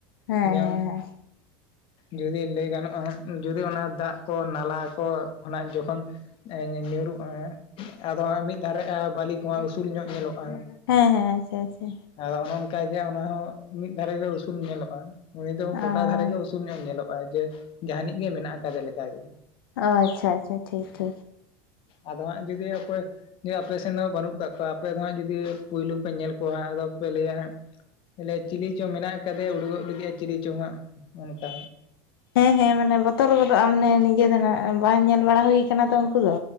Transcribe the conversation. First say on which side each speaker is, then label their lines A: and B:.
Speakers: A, on the left; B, on the left.
A: ᱦᱮᱸ
B: ᱡᱮ
A: ᱦᱮᱸ
B: ᱡᱩᱫᱤ ᱞᱟᱹᱭ ᱜᱟᱱᱚᱜᱼᱟ ᱦᱟᱸᱜ ᱡᱩᱫᱤ ᱚᱱᱟ ᱫᱟᱜ ᱠᱚ ᱱᱟᱞᱟ ᱠᱚ ᱚᱱᱟ ᱡᱚᱠᱷᱚᱱ ᱧᱩᱨᱩᱜᱼᱟ ᱦᱮᱸ, ᱟᱫᱚ ᱦᱟᱸᱜ ᱢᱤᱫ ᱫᱷᱟᱨᱮ ᱟ ᱵᱟᱞᱤ ᱠᱚᱢᱟ ᱩᱥᱩᱞ ᱧᱚᱜ ᱧᱮᱞᱚᱜᱼᱟ ᱦᱟᱸᱜ᱾
A: ᱦᱮᱸ ᱦᱮᱸ ᱟᱪᱪᱷᱟ ᱟᱪᱪᱷᱟ᱾
B: ᱟᱫᱚ ᱚᱱᱮ ᱚᱱᱠᱟ ᱜᱮ ᱦᱟᱸᱜ ᱚᱱᱟ ᱦᱚᱸ ᱢᱤᱫ ᱫᱷᱟᱨᱮ ᱜᱮ ᱩᱥᱩᱞ ᱧᱮᱞᱚᱜᱼᱟ ᱩᱱᱤ ᱫᱚ ᱜᱚᱴᱟ
A: ᱟᱨ
B: ᱫᱷᱟᱨᱮ ᱜᱮ ᱩᱥᱩᱞ ᱧᱮ ᱧᱮᱞᱚᱜ ᱟᱭ ᱡᱮ ᱡᱟᱦᱟᱸ ᱱᱤᱡ ᱜᱮ ᱢᱮᱱᱟᱜ ᱟᱠᱟᱫᱮ ᱞᱮᱠᱟᱜᱮ᱾
A: ᱚ ᱟᱪᱪᱷᱟ ᱟᱪᱪᱷᱟ ᱴᱷᱤᱠ ᱴᱷᱤᱠ᱾
B: ᱟᱫᱚ ᱦᱟᱸᱜ ᱡᱩᱫᱤ ᱚᱠᱚᱭ ᱤᱭᱟᱹ ᱟᱯᱮ ᱥᱮᱱ ᱦᱚᱸ ᱵᱟᱹᱱᱩᱜ ᱠᱟᱜ ᱠᱚᱣᱟ ᱟᱯᱮ ᱫᱚ ᱦᱟᱸᱜ ᱡᱩᱫᱤ ᱯᱩᱭᱞᱩ ᱯᱮ ᱧᱮᱞ ᱠᱚᱣᱟ ᱦᱟᱸᱜ ᱟᱫᱚ ᱯᱮ ᱞᱟᱹᱭᱟ ᱦᱟᱸᱜ᱾ ᱮᱞᱮ ᱪᱤᱞᱤ ᱪᱚ ᱢᱮᱱᱟᱜ ᱟᱠᱟᱫᱮᱭᱟ ᱩᱰᱩᱠᱚᱜ ᱞᱟᱹᱜᱤᱫ ᱮ ᱪᱤᱞᱤ ᱪᱚᱝ ᱦᱟᱸᱜ ᱚᱱᱠᱟ
A: ᱦᱮᱸ ᱦᱮᱸ ᱢᱟᱱᱮ ᱵᱚᱛᱚᱨ ᱜᱚᱫᱚᱜ ᱟᱢ ᱱᱮ ᱱᱤᱡᱮ ᱫᱚ ᱱᱟᱦᱟᱸᱜ ᱵᱟᱝ ᱧᱮᱞ ᱵᱟᱲᱟ ᱦᱩᱭ ᱟᱠᱟᱱᱟ ᱛᱚ ᱩᱱᱠᱩ ᱫᱚ